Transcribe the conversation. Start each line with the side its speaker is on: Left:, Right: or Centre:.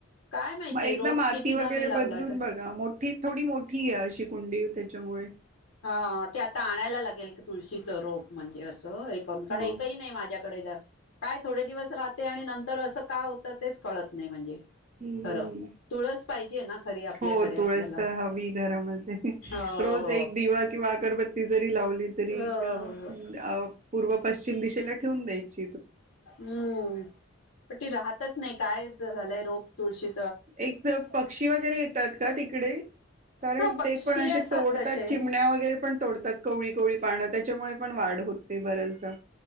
Left: काय माहिती
Right: मग एकदा
Left: रोप
Right: माती
Left: कितीदा
Right: वगैरे
Left: मी लावल्यात.
Right: बदलून मोठी थोडी मोठी आहे अशी कुंडी. त्याच्यामुळे.
Left: हा ते आता आणायला लागेल की तुळशीच रोप म्हणजे असं. होय कारण
Right: हो.
Left: एकही नाही माझ्याकडे. काय थोडे दिवस राहते, आणि नंतर असं का होत तेच कळत नाही म्हणजे.
Right: हम्मम्.
Left: खरं. तुळस पाहिजे ना खरी आपल्याकडे
Right: हो
Left: आपल्याला
Right: तुळस तर हवी घरामध्ये
Left: हो हो.
Right: रोज एक दिवा किंवा अरबत्ती जरी लावली. तरी
Left: हो
Right: पूर्व पशचिम. पश्चिम दिशेला ठेवून द्याची.
Left: हम्म पण ती राहतच नाही काय. झालेय रोप तुळशी
Right: एक पक्षी वगैरे येतात का तिकडे, कारण
Left: हा पक्षी
Right: ते पण
Left: येतात
Right: असे तोडतात,
Left: तसे
Right: चिमण्या वगैरे पण तोडतात, कवळी-कवळी पान. त्याच्यामुळे पण वाढ होत नाही बऱ्याचदा.